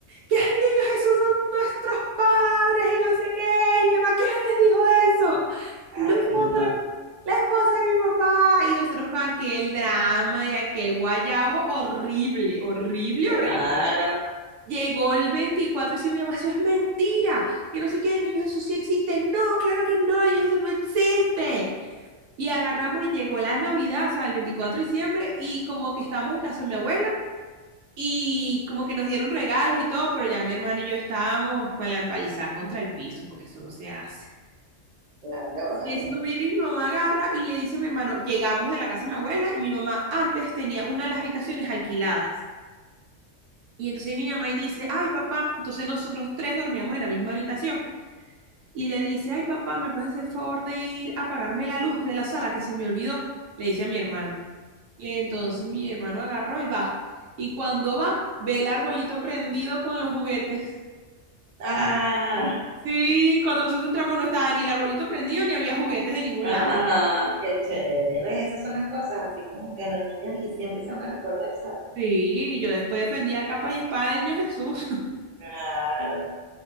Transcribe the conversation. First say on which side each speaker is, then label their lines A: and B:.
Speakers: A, on the right (about 75°); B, on the right (about 50°).
A: que el niño Jesús son nuestros padres y no sé qué. Y mi mamá, ¿quién les dijo eso?
B: Ay,
A: Nosotros,
B: no,
A: la esposa de mi papá. Y nosotros con aquel drama y aquel guayabo horrible, horrible,
B: claro,
A: horrible. Llegó el 24 y decía, mi mamá, eso es mentira. Que no sé qué, el niño Jesús sí existe. No, claro que no, el niño Jesús no existe. Y agarramos y llegó la Navidad, o sea, el 24 de diciembre, y como que estábamos en casa de mi abuela. Y como que nos dieron regalos y todo, pero ya mi hermano y yo estábamos con la empalizada contra el piso, porque eso no se hace.
B: claro, vale.
A: Y eso viene y mi mamá agarra y le dice a mi hermano, llegamos de la casa de mi abuela y mi mamá antes tenía una de las habitaciones alquiladas. Y entonces mi mamá y dice, ay papá, entonces nosotros tres dormíamos en la misma habitación. Y le dice, ay papá, ¿me puedes hacer el favor de ir a apagarme la luz de la sala que se me olvidó? Le dice a mi hermano. Y entonces mi hermano agarró y va. Y cuando va, ve el arbolito prendido con los juguetes.
B: Ah,
A: Sí, cuando nosotros entramos no estaba ni el arbolito prendido ni había juguetes de ningún
B: ajá,
A: lado.
B: qué chévere. ¿Ves? Esas son las cosas, así como que a los niños y siempre se van a recordar eso.
A: Sí, yo después defendía capa y espada del niño Jesús, <laughs>
B: Claro,